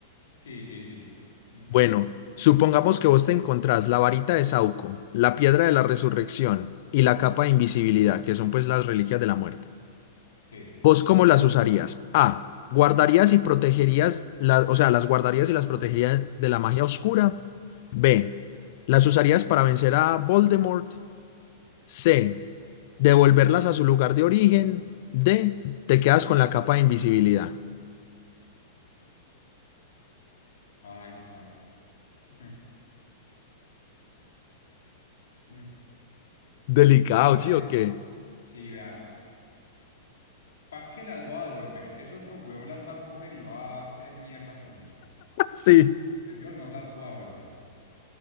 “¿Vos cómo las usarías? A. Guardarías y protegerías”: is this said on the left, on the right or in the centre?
Left